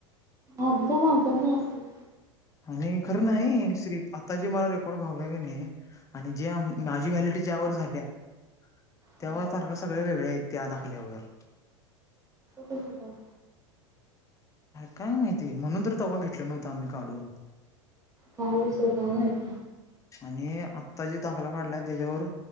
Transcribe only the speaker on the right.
अगजा मागज अस <unintelligible>
हा
कस पण
काय दुसरं काय माहीत <unintelligible>